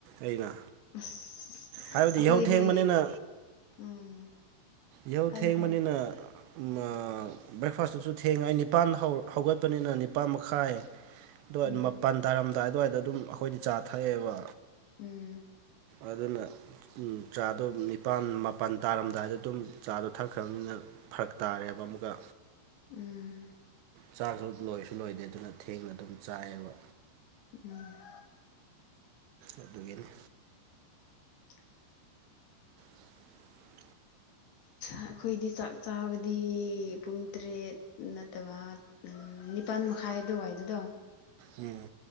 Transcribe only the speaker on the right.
ꯑꯩꯅ
ꯍꯥꯏꯕꯗꯤ
ꯌꯍꯧ ꯊꯦꯡꯕꯅꯤꯅ
ꯌꯍꯧ
ꯊꯦꯡꯕꯅꯤꯅ
ꯎꯝ ꯃꯥ ꯕ꯭ꯔꯦꯛꯐꯥꯁꯇꯨꯁꯨ ꯊꯦꯡꯅ ꯑꯩ ꯅꯤꯄꯥꯟ ꯍꯧꯒꯠꯄꯅꯤꯅ ꯅꯤꯄꯥꯥꯟ ꯃꯈꯥꯏ ꯗꯨꯋꯥꯏ
ꯃꯄꯟ ꯇꯥꯔꯝꯗꯥꯏ ꯑꯗꯨꯋꯥꯏꯗ ꯑꯗꯨꯝ ꯑꯩꯈꯣꯏꯗꯤ ꯆꯥ ꯊꯛꯑꯦꯕ
ꯑꯗꯨꯅ ꯎꯝ ꯆꯥꯗꯣ ꯅꯤꯄꯥꯥꯟ ꯃꯥꯄꯜ ꯇꯥꯔꯝꯗꯥꯏꯗ ꯑꯗꯨꯝ ꯆꯥꯗꯣ ꯊꯛꯈ꯭ꯔꯕꯅꯤꯅ ꯐꯔꯛ ꯇꯥꯔꯦꯕ ꯑꯃꯨꯛꯀ
ꯆꯥꯛꯁꯨ ꯂꯣꯏꯁꯨ ꯂꯣꯏꯗꯦ ꯑꯗꯨꯅ ꯊꯦꯡꯅ ꯑꯗꯨꯝ ꯆꯥꯏꯌꯦꯕ
ꯑꯗꯨꯒꯤꯅꯤ
<inaudible>
ꯎꯝ